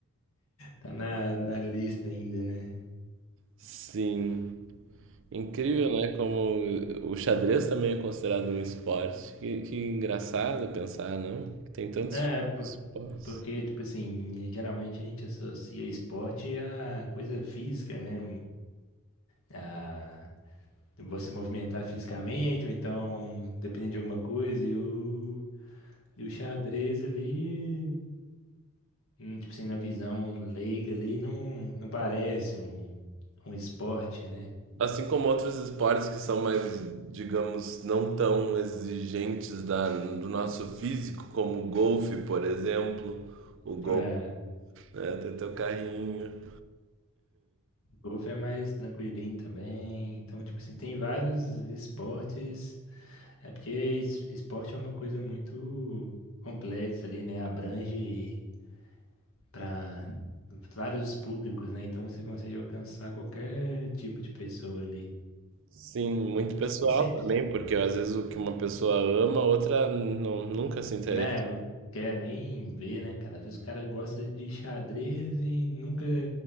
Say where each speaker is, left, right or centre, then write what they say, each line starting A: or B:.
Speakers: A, on the left (about 65°); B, on the right (about 60°).
A: Tá na, na lista ainda, né?
B: Sim, incrível, né? Como o xadrez também é considerado um esporte. Que, que engraçado pensar, não? Tem tantos
A: É,
B: tipos
A: por-
B: de esportes.
A: porque, tipo assim, geralmente a gente associa esporte a coisa física, né? A você movimentar fisicamente, ou então, dependendo de alguma coisa, e o, e o xadrez ali, hum, tipo assim, na visão leiga ali, não, não parece um, um esporte, né?
B: Assim como outros esportes que são mais, digamos, não tão exigentes da, do nosso físico, como o golfe, por exemplo. O golfe,
A: É,
B: né? Tem teu carrinho.
A: golfe é mais tranquilinho também. Então, tipo assim, tem vários esportes É porque es- esporte é uma coisa muito complexa ali, né? Abrange para vários públicos, né? Então você consegue alcançar qualquer tipo de pessoa ali.
B: Sim, muito
A: E
B: pessoal
A: e sempre,
B: também, porque às vezes o que uma pessoa ama, a outra não, nunca se interessa.
A: né? Não quer nem ver, né, cara? Às vezes o cara gosta de xadrez e nunca